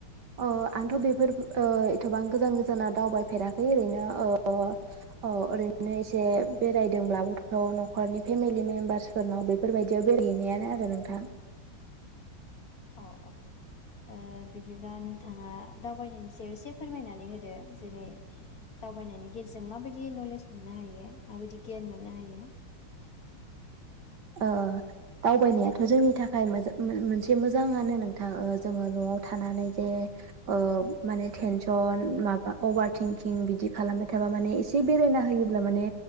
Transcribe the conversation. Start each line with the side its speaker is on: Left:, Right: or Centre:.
Right: अ' आंथ' बेफोर एथ'बां गोजान गोजानाव दावबायफेराखै ओरैनो ओ ओरैनो एसे बेरायदोंब्लाबोथ' न'खरनि फेमिलि मेम्बार्सफोरनाव बेफोरबायदियाव बेरायहैनायानो आरो नोंथां।
Left: औ-औ ओ बिदिब्ला नोंथाङा दावबायनायनि सायाव एसे फोरमायनानै होदो जेरै- दावबायनायनि गेजजों माबायदि दि नलेज मोननो हायो माबायदि गियान मोननो हायो।
Right: ओ दावबायनायाथ' जोंनि थाखाय मोज मो मोनसे मोजाङानो नोंथां जोङो न'आव थानानै जे ओ माने टेनसन माबा अभार थिंकिं बिदि खालामबाय थाबा माने एसे बेरायना होयोब्ला माने